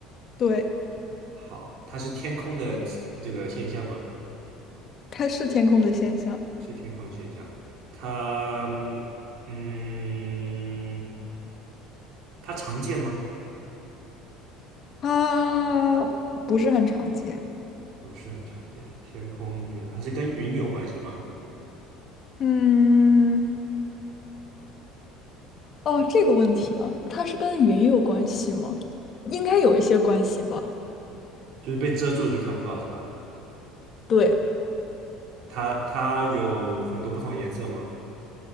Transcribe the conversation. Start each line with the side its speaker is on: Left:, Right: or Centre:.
Left: 对，
Right: 好，它是天空的这个现象吗？
Left: 它是天空的现象，
Right: 是天空现象。它嗯，它常见吗？
Left: 它不是很常见。
Right: 不是很常见。天空不是，它是跟云有关系吗？
Left: 嗯，哦，这个问题啊，它是跟云有关系吗？应该有一些关系吧。
Right: 就是被遮住了就看不到是吧？
Left: 对，
Right: 它它有很多不同颜色吗？